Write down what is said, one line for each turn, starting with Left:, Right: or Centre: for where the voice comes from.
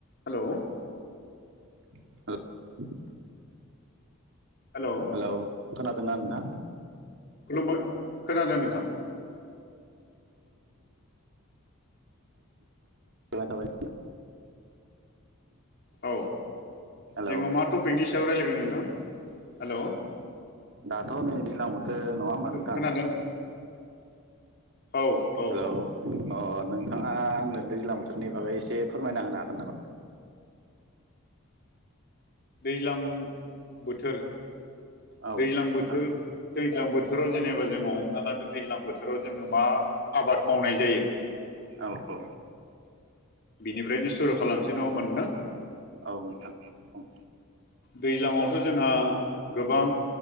Left: हेल'
Right: <unintelligible>
Left: hello
Right: hello खनादों ना नोंथां
Left: खलुमबाय खोनादों नोंथां
Right: थाबाय
Left: औ
Right: हेलौ
Left: जोङो मा टपिकनि सायाव रायज्लायगोन नोंथां? हेल'
Right: दाथ' नै दैज्लां बोथोर नङा होमबा नोंथां?
Left: खोनादों औ औ
Right: हेलौ अ नोंथाङा आंनो दैज्लां बोथोरनि बागै एसे फोरमायना होनो हागोन नामा?
Left: दैज्लां बोथोर
Right: औ
Left: दैज्लां
Right: नोंथां
Left: बोथोर दैज्लां बोथोराव जेनेबा जोङो हमना लादो दैज्लां बोथोराव जोङो मा आबाद मावनाय जायो
Right: औ औ
Left: बिनिफ्रायनो सुरु खालामनोसै नङा होमबा नोंथां
Right: औ नोंथां बुं
Left: दैज्लांआवथ' जोंहा गोबां